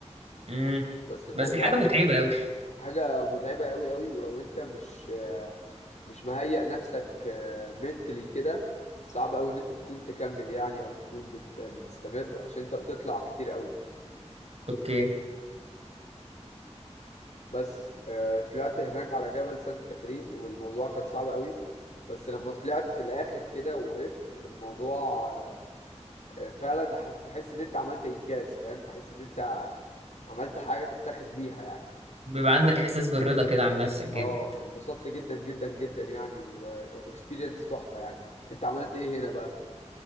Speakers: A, on the right; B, on the left.
A: امم
B: بس الموضوع
A: بس دي حاجة
B: ك-
A: متعبة قوي
B: حاجه متعبه قوي قوي ولو انت مش آه، مش مهيئ نفسك منتلي كده صعب قوي ان انت تكون تكمل يعني او تكون بت بتستمر عشان انت بتطلع كتير قوي
A: أوكي
B: بس آه، طلعت هناك على جبل سانت كاترين والموضوع كان صعب قوي بس لما طلعت في الاخر كده وقفت الموضوع آه، آه، فعلا ح- تحس ان انت عملت انجاز فاهم تحس ان انت عملت حاجة تفتخر بيها يعني
A: بيبقى عندك احساس بالرضا كده عن نفسك جامد
B: اه انبسطت جدا جدا جدا يعني وكانت اكسبيرينس تحفة يعني انت عملت ايه هنا بقى